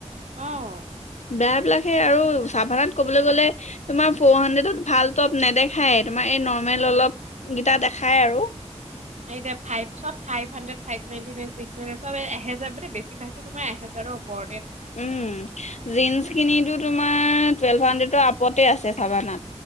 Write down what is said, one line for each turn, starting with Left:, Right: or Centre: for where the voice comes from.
Right: অহ
Left: বেয়াবিলাক সেই আৰু চাফানাত ক'বলৈ গ'লে তোমাৰ ফ'ৰ হাণ্ড্ৰেডত ভাল টপ নেদেখায়ে তোমাৰ এই নৰ্মেল অলপ কেইটা দেখায় আৰু
Right: এতিয়া ফাইভ চব five hundred five ninety nine six এ এহেজাৰ মানে বেছিভাগটো তোমাৰ এহেজাৰৰ ওপৰতে থাকে।
Left: উম জীন্চ খিনিটো তোমাৰ টুৱেল্ভ হাণ্ড্ৰেডৰ আপতে আছে চাবানা